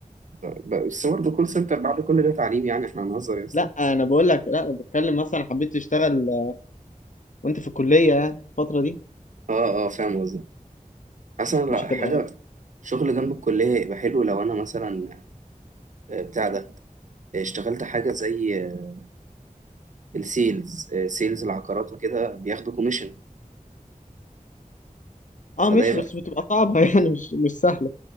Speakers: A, on the right; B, on the left.
A: بس برضه كول سنتر بعد كل ده تعليم يعني إحنا هنهزر يا أسطى
B: لا انا بقول لك لا انا بتكلم مثلا حبيت تشتغل آه، وانت في الكليه يعني الفتره دي
A: آه آه فاهم قصدي مثلا لا
B: مش هتبقى
A: حاجة شغل جنب الكلية يبقى حلو لو أنا مثلا آه، بتاع ده آه، اشتغلت حاجة زي آه، السيلز آه، سيلز العقارات وكده بياخدوا كوميشن
B: اه
A: فده
B: مش
A: يبقى
B: بس بتبقى صعبه <laughs> يعني مش مش سهله